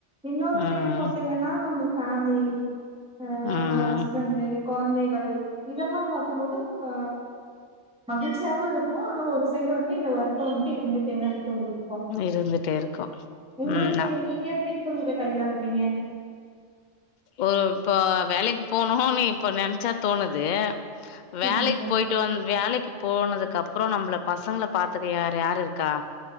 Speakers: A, in the centre; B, on the left.
A: இன்னொரு
B: ம்
A: சைடு பாத்தீங்கன்னா நம்ம ஃபேமிலி அ நம்மளோட
B: ம்
A: ஹஸ்பண்டு கொழந்தைகள் இதெல்லா பாக்கும் போது இப்ப மகிழ்ச்சியாவு இருக்கு ஆனா ஒரு சைடு வந்து இந்த வருத்த வந்துட்டு இருந்துடேதா தோழி இரு
B: இருந்துட்டே இருக்கோ
A: உங்களுக்கு
B: ம் நா
A: நீங்க எப்டிங்க தோழி கையாளுறீங்க
B: ஒரு இப்போ வேலைக்கு போனும்னு இப்ப நெனச்சா தோணுது
A: செரிங்க
B: வேலைக்கு
A: தோழி
B: போயிட்டு வந் வேலைக்கு போனதுக்கு அப்புற நம்பள பசங்கள பாத்துக்க யார் யார் இருக்கா